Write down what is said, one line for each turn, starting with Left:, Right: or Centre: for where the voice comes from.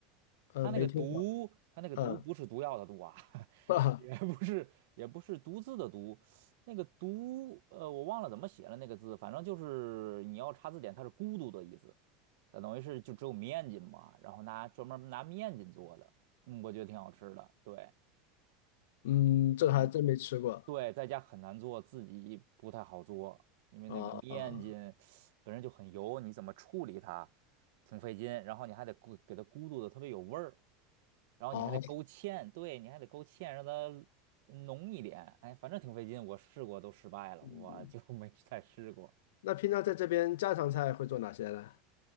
Left: 呃，
Right: 它那个毒，
Left: 没听过，
Right: 它那个毒不是毒药的毒啊，
Left: 嗯，
Right: <laughs>
Left: <laughs> 啊，
Right: 也不是也不是毒字的毒，那个毒，呃，我忘了怎么写了那个字，反正就是你要查字典，它是孤独的意思，它等于是就只有面筋嘛，然后拿专门拿面筋做的，嗯，我觉得挺好吃的，对。
Left: 嗯，这个还真没吃过。
Right: 嗯。对，在家很难做，自己不太好做，因为那个面筋
Left: 啊啊哦，
Right: 本身就很油，你怎么处理它，挺费劲，然后你还得咕给它咕嘟的特别有味儿，然后你还得勾芡，
Left: 哦
Right: 对，你还得勾芡让它浓一点，哎，反正挺费劲，我试过都失败了，
Left: 嗯，
Right: 我就 <laughs> 没再试过。
Left: 那平常在这边家常菜会做哪些呢？